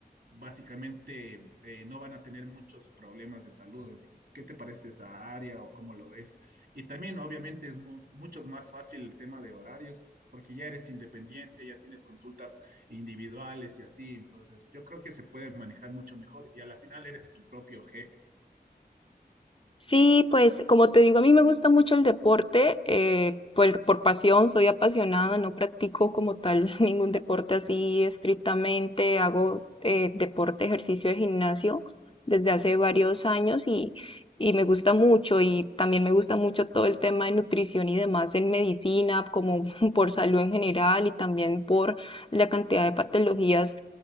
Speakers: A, on the right; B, on the left.
A: básicamente eh, no van a tener muchos problemas de salud. Entonces, ¿qué te parece esa área o cómo lo ves? Y también, obviamente, es mu- mucho más fácil el tema de horarios, porque ya eres independiente, ya tienes consultas individuales y así. Entonces, yo creo que se puede manejar mucho mejor y a la final eres tu propio jefe.
B: Sí, pues como te digo, a mí me gusta mucho el deporte, eh, por, por pasión, soy apasionada, no practico como tal <laughs> ningún deporte así estrictamente, hago eh, deporte, ejercicio de gimnasio desde hace varios años y, y me gusta mucho y también me gusta mucho todo el tema de nutrición y demás en medicina, como <laughs> por salud en general y también por la cantidad de patologías